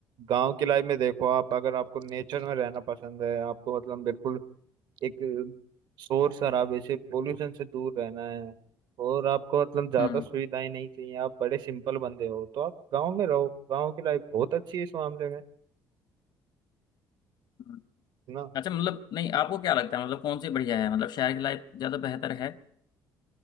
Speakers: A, on the right; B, on the left.
A: गांव की लाइफ में देखो आप अगर आपको नेचर में रहना पसंद है आपको मतलब बिल्कुल एक शोर शराबे से पोल्यूशन से दूर रहना है और आपको मतलब ज्यादा
B: हम्म
A: सुविधाएं नहीं चाहिए आप बड़े सिंपल बंदे हो तो आप गांव में रहो गांव की लाइफ बहुत अच्छी है इस मामले में है
B: हम्म।
A: ना
B: अच्छा मतलब नहीं आपको क्या लगता है मतलब कौन सी बढ़िया है मतलब शहर की लाइफ ज़्यादा बेहतर है